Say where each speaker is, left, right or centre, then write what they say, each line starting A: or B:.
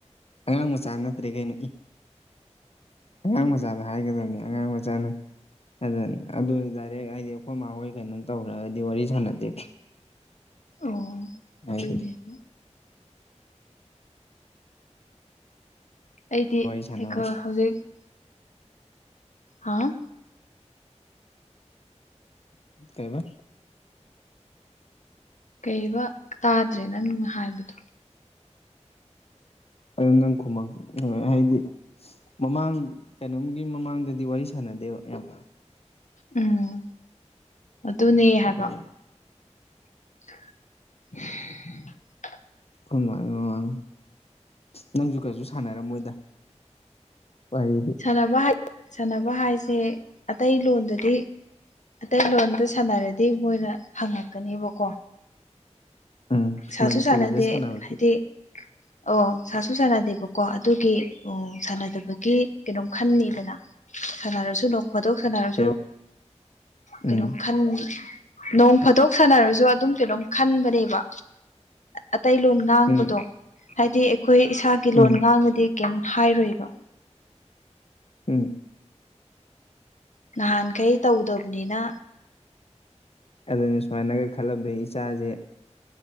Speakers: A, on the left; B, on the left.
A: ꯑꯉꯥꯡ ꯃꯆꯥ ꯅꯠꯇ꯭ꯔꯦ ꯀꯩꯅꯣ ꯏ꯫ ꯑꯉꯥꯡ ꯃꯆꯥꯗ ꯍꯥꯏꯒꯗꯝꯅꯤ ꯑꯉꯥꯡ ꯃꯆꯥꯅ꯫ ꯑꯗꯨꯅ ꯑꯗꯨ ꯗꯥꯏꯔꯦꯛ ꯑꯩꯗꯤ ꯑꯩꯈꯣꯏ ꯃꯥꯍꯣꯏ ꯀꯩꯅꯣ ꯇꯧꯔꯦ ꯍꯥꯏꯔꯗꯤ ꯋꯥꯔꯤ ꯁꯥꯟꯅꯗꯦ꯫
B: ꯑꯣ
A: ꯍꯥꯏꯗꯤ
B: ꯑꯗꯨꯅꯦꯕꯣ꯫ ꯑꯩꯗꯤ
A: ꯋꯥꯔꯤ
B: ꯑꯩꯈꯣ
A: ꯁꯥꯟꯅꯕ
B: ꯍꯧꯖꯤꯛ ꯍꯥꯥ
A: ꯀꯩꯕ
B: ꯀꯩꯕ ꯇꯥꯗ꯭ꯔꯦ ꯅꯪ ꯍꯥꯏꯕꯗꯣ
A: ꯑꯗꯨ ꯅꯪ ꯈꯨꯃꯪ ꯍꯥꯏꯗꯤ ꯃꯃꯥꯡ ꯀꯩꯅꯝ ꯃꯃꯥꯡꯗꯗꯤ ꯋꯥꯔꯤ ꯁꯥꯟꯅꯗꯦꯕ ꯌꯥꯝ
B: ꯎꯝ ꯑꯗꯨꯅꯦ ꯍꯥꯏꯕ
A: ꯑꯩꯈꯣꯏ
B: <inaudible>
A: ꯈꯣꯏꯃꯥ ꯃꯃꯥꯡ ꯅꯪꯁꯨ ꯀꯩꯁꯨ ꯁꯥꯟꯅꯔꯝ ꯃꯣꯏꯗ ꯋꯔꯤꯗꯤ
B: ꯁꯥꯟꯅꯕ ꯍꯥꯏ ꯁꯥꯟꯅꯕ ꯍꯥꯏꯁꯦ ꯑꯇꯩ ꯂꯣꯟꯗꯗꯤ ꯑꯇꯩ ꯂꯣꯟꯗ ꯁꯥꯟꯅꯔꯗꯤ ꯃꯣꯏꯅ ꯍꯪꯉꯛꯀꯅꯦꯕꯀꯣ
A: ꯎꯝ
B: ꯁꯥꯁꯨ
A: ꯃꯅꯤꯄꯨꯔꯤꯗ
B: ꯁꯥꯟꯅꯗꯦ
A: ꯁꯅꯥꯕꯗꯤ
B: ꯍꯥꯏꯗꯤ ꯑꯣ ꯁꯥꯁꯨ ꯁꯥꯟꯅꯗꯦꯕꯀꯣ ꯑꯗꯨꯒꯤ ꯎ ꯁꯥꯟꯅꯗꯕꯒꯤ ꯀꯩꯅꯣꯝ ꯈꯟꯅꯤꯗꯅ ꯁꯥꯟꯅꯔꯁꯨ ꯅꯣꯡꯐꯗꯣꯛ ꯁꯥꯟꯅꯔꯁꯨ
A: ꯀꯩꯕ ꯎꯝ
B: ꯀꯩꯅꯣꯝ ꯈꯟ ꯅꯣꯡ ꯐꯥꯗꯣꯛ ꯁꯥꯟꯅꯔꯁꯨ ꯑꯗꯨꯝ ꯀꯩꯅꯣꯝ ꯈꯟꯕꯅꯦꯕ ꯑꯇꯩ ꯂꯣꯟ ꯉꯥꯡꯕꯗꯣ
A: ꯎꯝ
B: ꯍꯥꯏꯗꯤ ꯑꯩꯈꯣꯏ ꯏꯁꯥꯒꯤ
A: ꯎꯝ
B: ꯂꯣꯟ ꯉꯥꯡꯉꯗꯤ ꯀꯩꯝ ꯍꯥꯏꯔꯣꯏꯕ
A: ꯎꯝ
B: ꯅꯍꯥꯟꯈꯩ ꯇꯧꯗꯕꯅꯤꯅ
A: ꯑꯗꯨꯅ ꯁꯨꯃꯥꯏꯅꯒ ꯈꯜꯂꯕꯗ ꯏꯆꯖꯦ